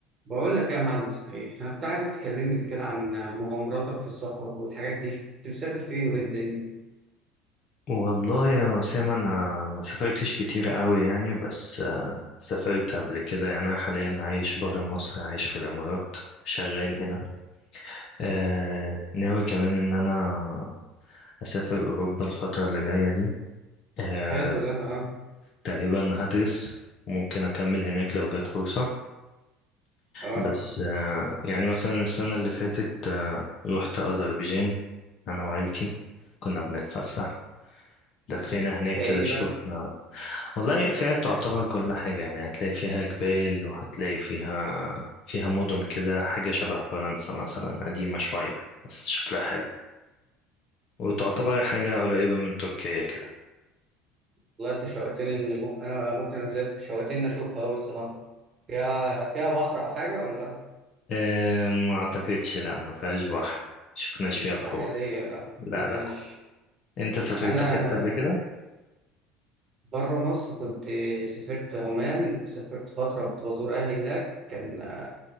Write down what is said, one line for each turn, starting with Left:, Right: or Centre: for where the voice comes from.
Right: بقول لك إيه يا معلم صحيح انا كنت عايزك تكلمني كده عن مغامراتك في السفر والحاجات دي كنت مسافر فين وايه الدنيا
Left: والله يا أسامة أنا ما سافرتش كتير قوي يعني بس آه، سافرت قبل كده يعني أنا حاليا عايش برا مصر عايش في الإمارات شغال هنا آه ناوي كمان إن أنا أسافر أوروبا الفترة اللي جاية دي آه
Right: حلو ده اه
Left: تقريبا هدرس ممكن أكمل هناك لو جت فرصة
Right: اه
Left: بس آه يعني مثلا السنة اللي فاتت آه رحت أذربيجان أنا وعيلتي كنا بنتفسح لفينا هناك
Right: فيها
Left: كده
Right: ايه دي
Left: شوف
Right: بقى
Left: والله فيها تعتبر كل حاجة يعني هتلاقي فيها جبال وهتلاقي فيها فيها مدن كده حاجة شبه فرنسا مثلا قديمة شوية بس شكلها حلو وتعتبر حاجة قريبة من تركيا كده
Right: والله انت شوقتني ان ممكن انا ممكن انزل شوقتني إن اشوفها قوي الصراحه فيها فيها بحر او حاجه ولا لأ؟
Left: أه ما أعتقدش لا ما فيهاش بحر شفناش
Right: مش
Left: فيها بحور
Right: ساحليه لا
Left: لا
Right: ماشي
Left: لا أنت سافرت
Right: انا
Left: حتة قبل كده؟
Right: بره مصر كنت سافرت عمان سافرت فتره كنت بزور اهلي هناك كان